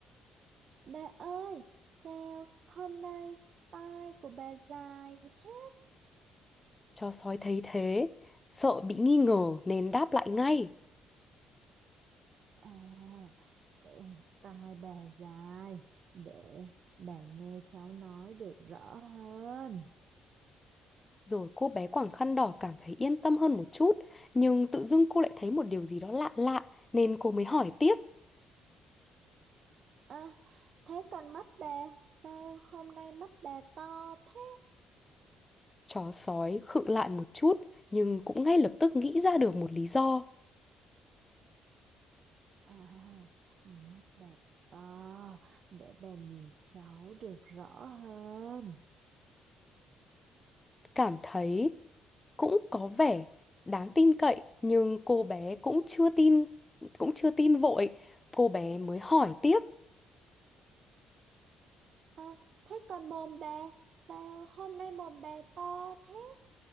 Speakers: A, on the right (about 60°); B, on the left (about 20°).
A: Bà ơi, sao hôm nay tai của bà dài thế?
B: cho sói thấy thế, sợ bị nghi ngờ nên đáp lại ngay.
A: À, ừ, tai bà dài, để bà nghe cháu nói được rõ hơn.
B: Rồi cô bé quàng khăn đỏ cảm thấy yên tâm hơn một chút, nhưng tự dưng cô lại thấy một điều gì đó lạ lạ nên cô mới hỏi tiếp.
A: À, thế còn mắt bà sao hôm nay mắt bà to thế?
B: Chó sói khựng lại một chút nhưng cũng ngay lập tức nghĩ ra được một lý do.
A: À, mắt bà to để bà nhìn cháu được rõ hơn.
B: cảm thấy cũng có vẻ đáng tin cậy nhưng cô bé cũng chưa tin cũng chưa tin vội cô bé mới hỏi tiếp
A: À, thế còn mồm bà sao hôm nay mồm bà to thế?